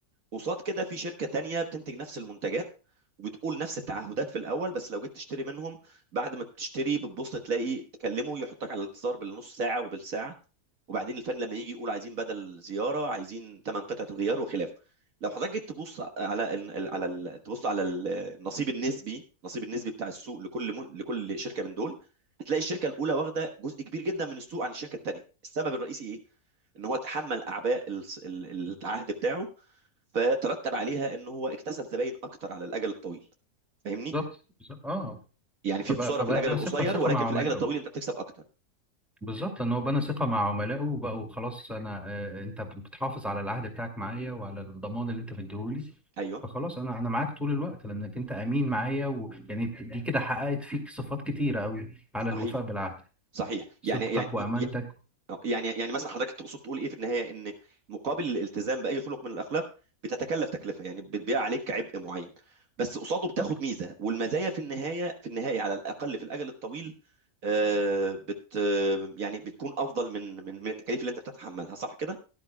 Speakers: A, on the right; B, in the centre.
A: قصاد كده في شركه تانية بتنتج نفس المنتجات وبتقول نفس التعهدات في الاول بس لو جيت تشتري منهم بعد ما بتشتري بتبص تلاقي تكلمه يحطك على الانتظار بالنص ساعه وبالساعه وبعدين الفن لما يجي يقول عايزين بدل زياره عايزين ثمان قطعه غيار وخلافه لو حضرتك جيت تبص على ال على ال تبص على ال- النصيب النسبي النصيب النسبي بتاع السوق لكل م... لكل شركه من دول هتلاقي الشركه الاولى واخده جزء كبير جدا من السوق عن الشركه الثانيه السبب الرئيسي ايه ان هو تحمل اعباء الس- ال- ال- العهد بتاعه فترتب عليها ان هو اكتسب زباين اكتر على الاجل الطويل فاهمني
B: بالظبط بالظبط. اه
A: يعني في
B: فبقى
A: خساره
B: فبنى
A: في الاجل القصير
B: ثقة ثقة
A: ولكن
B: مع
A: في
B: عملائه
A: الاجل الطويل انت بتكسب اكتر
B: بالظبط لأن هو بنى ثقة مع عملائه وبقوا خلاص أنا آه، أنت بتحافظ على العهد بتاعك معايا وعلى الضمان اللي أنت مديهولي
A: ايوه
B: فخلاص أنا أنا معاك طول الوقت لأنك أنت أمين معايا ويعني دي كده حققت فيك صفات كتيرة أوي على
A: صحيح
B: الوفاء بالعهد
A: صحيح يعني
B: صدقك
A: يعني
B: وأمانتك
A: آه، يعني يعني مثلا حضرتك تقصد تقول ايه في النهايه ان مقابل الالتزام باي خلق من الاخلاق بتتكلف تكلفه يعني بتبيع عليك عبء معين بس قصاده بتاخد
B: بالظبط.
A: ميزه والمزايا في النهايه في النهايه على الاقل في الاجل الطويل آه، بت آه، يعني بتكون افضل من من من التكاليف اللي انت بتتحملها صح كده؟